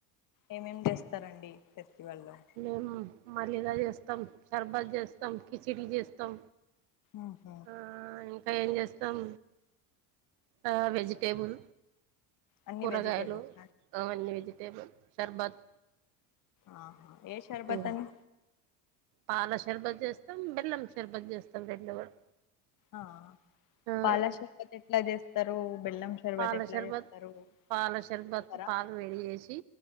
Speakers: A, on the left; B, on the right.
A: ఏమేమి చేస్తారండి ఫెస్టివల్లో
B: మేము మలిదా చేస్తాం శర్బత్ చేస్తాం కిచిడి చేస్తాం
A: ఆహు
B: ఆ ఇంకా ఏం చేస్తాం ఆ వెజిటేబుల్
A: అన్ని
B: కూరగాయలు
A: వెజిటేబుల్స్
B: అవన్నీ వెజిటేబుల్ షర్బత్
A: ఆహా ఏ షర్బత్
B: హ్
A: అని
B: పాలశర్బద్ చేస్తాం బెల్లం షర్బత్ చేస్తాం రెండు కూడా
A: ఆ
B: ఆ
A: పాలషర్బత్ ఎట్లా చేస్తారు బెల్లం సర్భత్
B: పాల
A: ఎట్లా
B: షర్బత్
A: చేస్తారు
B: పాల సర్భత్
A: చెప్తారా
B: పాలు వేడి చేేసి